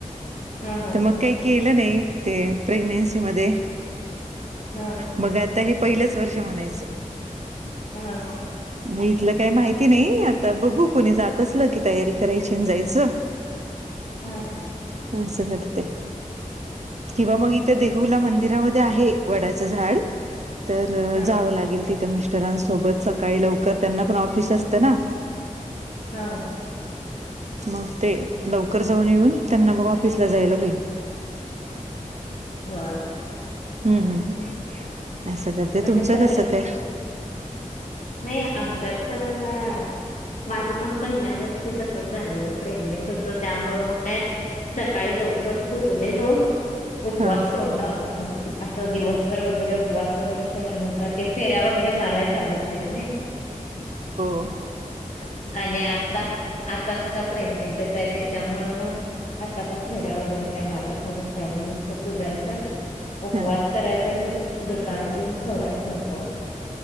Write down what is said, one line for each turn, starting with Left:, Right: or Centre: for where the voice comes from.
Left: हा हा
Right: त मग काय के ल नाही ते प्रेग्नेन्सी मध्ये
Left: हा
Right: मग आता हे पहिलंच वर्ष म्हणायचं.
Left: हा हा.
Right: म इथलं काही माहिती नाही आता बघू कोणी जात असलं की तयारी करायची आणि जायचं.
Left: हा
Right: असं करते. किंवा मग इथ देहूला मंदिरामध्ये आहे वडाचं झाड तर
Left: हा
Right: जावं लागेल तिथं मिस्टरांसोबत स काळी लवकर त्यांना पण ऑफिस असतं ना.
Left: हा
Right: मग ते लवकर जाऊन येऊन त्यांना मग ऑफिसला जायला होईल.
Left: होय.
Right: हूं हूं असं करते
Left: म्हणजे
Right: तुमचं
Left: सगळे
Right: कसं काय
Left: नाही आमच्यात पण आता माझं पण पहिल्या वर्षी तसच झालेलं प्रेग्नेंट होतं त्यामुळ मग काय सकाळी लवकर पुजलेलो उपवास
Right: हा
Left: सोडला होता खर असं दिवसभर वगैरे उपवास वगैरे केला नव्हता ते फेऱ्या वगैरे माराय चालत <unintelligible>
Right: <inaudible>
Left: आणि आता आता सुद्धा प्रेग्नेंटच आहे त्याच्यामुळ मग आता पण फेऱ्या वगैरे काय मारायच्या नसत आणि नुसतं पुजायचं. उपवास
Right: हा
Left: करायचा आणि दुपारी सोडायचा उपवास